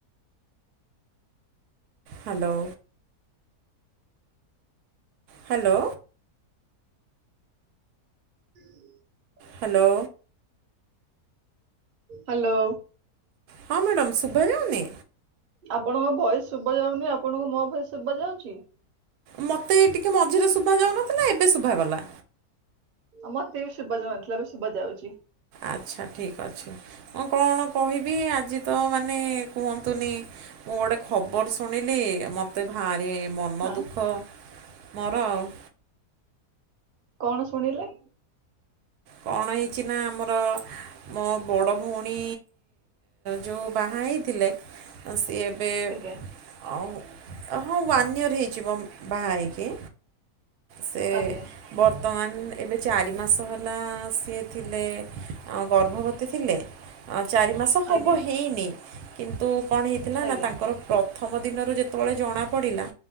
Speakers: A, on the right; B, on the right.
A: ହ୍ୟାଲୋ। ହ୍ୟାଲୋ।
B: <inaudible>
A: ହ୍ୟାଲୋ।
B: ହ୍ୟାଲୋ।
A: ହଁ ମ୍ୟାଡାମ୍ ଶୁଭା ଯାଉନି?
B: ଆପଣଙ୍କ ଭଏସ୍ ଶୁଭା ଯାଉନି ଆପଣଙ୍କୁ ମୋ ଭଏସ୍ ଶୁଭା ଯାଉଛି।
A: ମତେ ଟିକେ ମଝିରେ ଶୁଭା ଯାଉନଥିଲା ଏବେ ଶୁଭାଗଲା।
B: ଆଉ ମୋତେ ବି ଶୁଭା ଯାଉନଥିଲା ଏବେ ଶୁଭା ଯାଉଛି।
A: ଆଚ୍ଛା ଠିକ୍ ଅଛି। ମୁଁ କଣ କହିବି ଆଜି ତ ମାନେ କୁହନ୍ତୁନି ମୁଁ ଗୋଟେ ଖବର୍ ଶୁଣିଲି ମତେ ଭାରି ମନ
B: ହଁ।
A: ଦୁଃଖ ମୋର ଆଉ
B: କଣ ଶୁଣିଲେ?
A: କଣ ହେଇଛି ନା ଆମର ମୋ ବଡ଼ ଭଉଣୀ ଯୋଉ ବାହା ହେଇଥିଲେ ତ ସିଏ ଏବେ
B: ଆଜ୍ଞା
A: ଓ ହଁ ୱାନ୍ ଇୟର୍ ହେଇଯିବ ବାହା ହେଇକି ସେ
B: ଆଜ୍ଞା
A: ବର୍ତ୍ତମାନ ଏବେ ଚାରି ମାସ ହେଲା ହେଲା ସିଏ ଥିଲେ ଆଉ ଗର୍ଭବତୀ ଥିଲେ। ଚାରି ମାସ ହବ
B: ଆଜ୍ଞା
A: ହେଇନି କିନ୍ତୁ କଣ ହେଇଥିଲା
B: ଆଜ୍ଞା
A: ନା ତାଙ୍କର ପ୍ରଥମ ଦିନରୁ ଯେତେ ଯେତେବେଳେ ଜଣାପଡ଼ିଲା